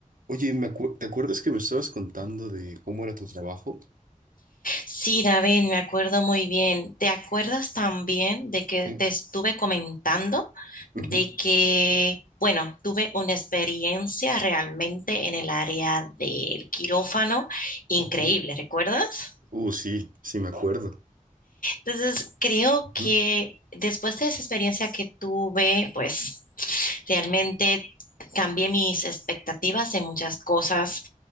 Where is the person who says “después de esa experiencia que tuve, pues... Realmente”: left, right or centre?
Left